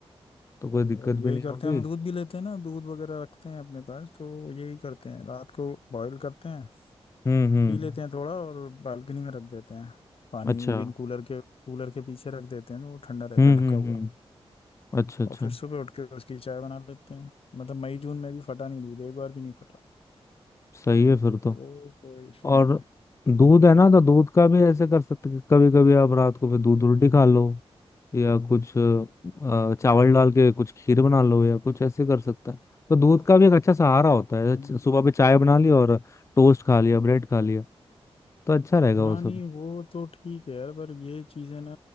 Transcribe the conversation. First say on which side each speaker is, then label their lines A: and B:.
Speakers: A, on the left; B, on the left.
A: तो
B: और
A: कोई दिक्कत
B: यही
A: भी नहीं
B: करते
A: होगी
B: हैं हम दूध भी लेते हैं ना दूध वगैरह रखते हैं अपने पास तो यही करते हैं रात को बॉईल करते हैं
A: हम्म हम्म
B: पी लेते हैं थोड़ा और बालकनी में रख देते हैं पानी
A: अच्छा
B: विन कूलर के कूलर के पीछे रख देते हैं तो वो ठंडा रहता
A: हम्म
B: है ढका
A: हम्म
B: हुआ
A: हम्म अच्छा अच्छा
B: और फिर सुबह उठ के उसकी चाय बना लेते हैं मतलब मई जून में भी फटा नहीं दूध एक बार भी नहीं फटा
A: सही है फिर
B: तो
A: तो
B: वो कोई इशू नहीं
A: और
B: है
A: दूध है ना तो दूध का भी ऐसे कर सकते कि कभी कभी आप रात को फिर दूध रोटी खा लो या कुछ अ, चावल डाल के कुछ खीर बना लो या कुछ ऐसे कर सकते हैं तो दूध का भी एक अच्छा सहारा होता है
B: हम्म,
A: च- सुबह पे चाय बना ली और टोस्ट खा लिया ब्रेड खा लिया तो अच्छा रहेगा
B: हाँ
A: वो सब
B: नहीं वो तो ठीक है यार पर ये चीज़ें ना